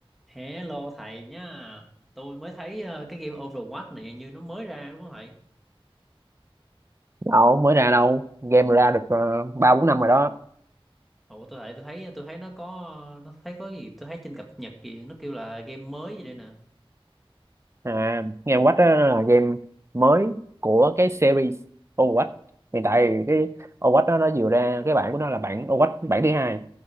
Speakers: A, in the centre; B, on the right.
A: Hello thầy nhá. Tôi mới thấy ờ, cái game Overwatch này như nó mới ra đúng không thầy?
B: đâu mới ra đâu game ra được ờ, ba bốn năm rồi đó
A: Ồ tôi thấy tôi thấy tôi thấy nó có nó thấy có gì tôi thấy trên cập nhật kìa nó kêu là game mới gì đây nè.
B: à game Watch đó là game mới của cái series Overwatch hiện tại thì cái Overwatch đó nó vừa ra cái bản của nó là bản Overwatch bản thứ hai